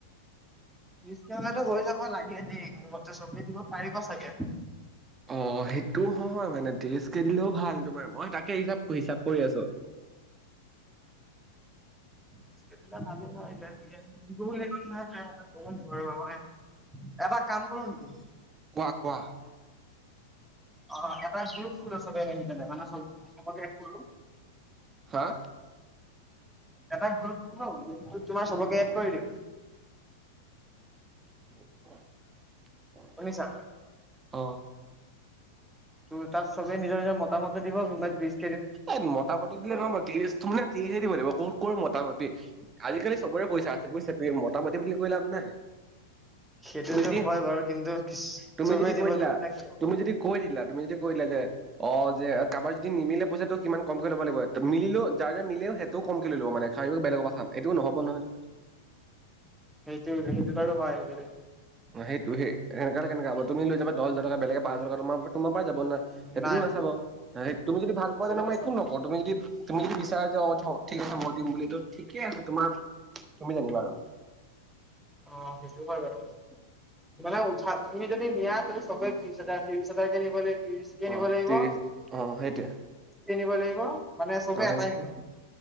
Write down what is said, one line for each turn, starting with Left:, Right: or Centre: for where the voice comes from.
Centre: ডিছকাউনতে হৈ যাব লাগে দেই মোৰমতে চবেই দিব পাৰিব চাগে
Right: অ সেইটো হয় মানে তিৰিছ কে দিলেও ভাল তোমাৰ মই তাকে হিচাপ হিচাপ কৰি আছো।
Centre: ত্ৰিছকে দিলে ভালো হয় দে <unintelligible> <unintelligible> এটা কাম কৰো নিকি
Right: কোৱা কোৱা
Centre: অ এটা গ্ৰুপ খোলো চবে মিলি পেলাই মানে চব চবকে এড কৰো
Right: হা
Centre: এটা গ্ৰুপ খোলো গ্ৰুপটোত তোমাৰ চবকে এড কৰি দিও
Right: উম
Centre: শুনিছা
Right: অ
Centre: ত' তাত চবে নিজৰ নিজৰ মতামতো দিব কোনোবাই ত্ৰিছ
Right: এ মোটা পাটি দিলে নহব ত্ৰিছ তো মানে ত্ৰিছ থাকিব লাগিব, ক'ত ক'ৰ মোটামুটি আজিকালি চবৰে পইচা আছে বুইছা তুমি মোটামুটি বুলি কৈ লাভ নাই
Centre: সেইটোতো
Right: তুমি যদি
Centre: হয় বাৰু কিন্তু
Right: তুমি
Centre: চবেই
Right: যদি কৈ
Centre: দিবলৈ
Right: দিলা
Centre: মা
Right: তুমি যদি কৈ দিলা তুমি যদি কৈ দিলা যে অ যে কাৰোবাৰ যদি নিমিলে পইচাটো কিমান কমকৈ ল'ব লাগিব মিলিলেও যাৰ যাৰ মিলেও সেইটোও কম কে লৈ লব মানে কাইলেও বেলেগৰ পা খাম এইটোও নহব নহয়
Centre: সেইটো সেইটো বাৰু হয় সেই
Right: অ সেটো সে সেনেকা হলে কেনেকা হব তুমি লৈ যাব দহাজাৰ টকা বেলেগে পাঁচহাজাৰ টকা তোমাৰ তোমাৰ পাই যাব নাই সেইটোটো
Centre: নাই
Right: নাচাব এ তুমি যদি ভাল পোৱা
Centre: সেইটো
Right: জানা
Centre: নাচাব
Right: মই একো নকওঁ
Centre: সেইটো
Right: তুমি যদি তুমি যদি বিচাৰা যে অ ঠ ঠিক আছে মই দিম বুলি এইটো ঠিকে আছে তোমাৰ তুমি জানিবা আৰু
Centre: অ সেইটো হয় বাৰু মানে উঠা তুমি যদি নিয়া তো চবে ত্ৰিছহাজাৰ ত্ৰিশ হাজাৰ কে নিব লাগিব ত্ৰিছ কে
Right: অ
Centre: নিব লাগিব
Right: ত্ৰিশ অ সেইটোৱে
Centre: কে নিব লাগিব মানে চবে
Right: অ সেই
Centre: এটাই নিম